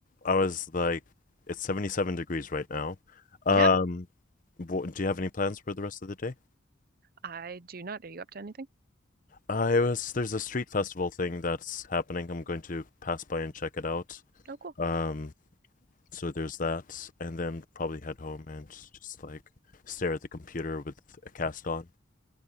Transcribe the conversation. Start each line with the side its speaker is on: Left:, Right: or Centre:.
Left: I was like, it's 77 degrees right now. Um,
Right: Yeah,
Left: do you have any plans for the rest of the day?
Right: I do not. Are you up to anything?
Left: I was there's a street festival thing that's happening. I'm going to pass by and check it out.
Right: Oh, cool.
Left: Um, so there's that, and then probably head home and just like stare at the computer with a cast on.